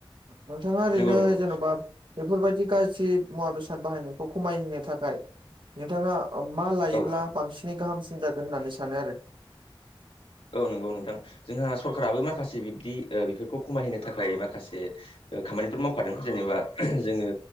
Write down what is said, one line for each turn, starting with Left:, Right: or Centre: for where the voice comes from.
Right: नोंथाङा।
Left: नंगौ
Right: नो
Left: नंगौ
Right: जेन'बा बेफोरबायदि गाज्रि मुवा बेसाद बाहायनायखौ खमायहोनो थाखाय। नोंथाङा मा लायोब्ला
Left: औ
Right: बांसिनै गाहामसिन जागोन होननानै सानो आरो।
Left: औ नंगौ नोंथां जोंहा सरकाराबो माखासे बिब्दि ओ बेफोरखौ खमायहैनो थाखाय माखासे। खामानिफोर मावखादों जेनेबा जोङो